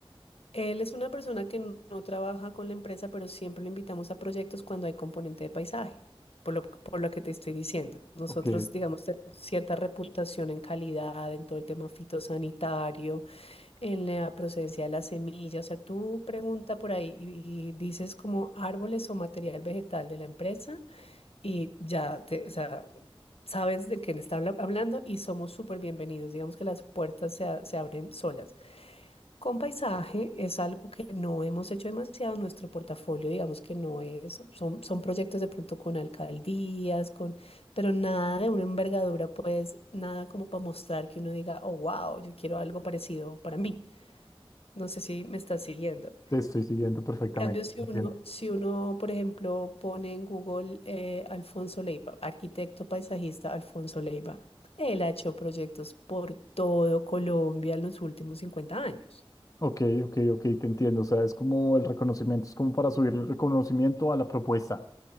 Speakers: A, on the left (about 85°); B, on the left (about 35°).
A: Él es una persona que no no trabaja con la empresa, pero siempre lo invitamos a proyectos cuando hay componente de paisaje, por lo, por lo que te estoy diciendo. Nosotros,
B: Ok,
A: digamos, tenemos cierta reputación en calidad, en todo el tema fitosanitario, en la procedencia de las semillas. O sea, tú pregunta por ahí y, y dices como árboles o material vegetal de la empresa y ya te, o sea, sabes de quién está habla- hablando y somos súper bienvenidos. Digamos que las puertas se, a- se abren solas. Con paisaje es algo que no hemos hecho demasiado en nuestro portafolio, digamos que no es, son, son proyectos de pronto con alcaldías, con, pero nada de una envergadura, pues nada como para mostrar que uno diga, oh, wow, yo quiero algo parecido para mí. No sé si me estás siguiendo.
B: Te estoy siguiendo perfectamente,
A: En cambio, si
B: te
A: uno,
B: entiendo.
A: si uno, por ejemplo, pone en Google eh, Alfonso Leiva, arquitecto paisajista Alfonso Leiva, él ha hecho proyectos por todo Colombia en los últimos 50 años.
B: Ok, ok, ok, te entiendo. O sea, es como el reconocimiento, es como para subir el reconocimiento a la propuesta.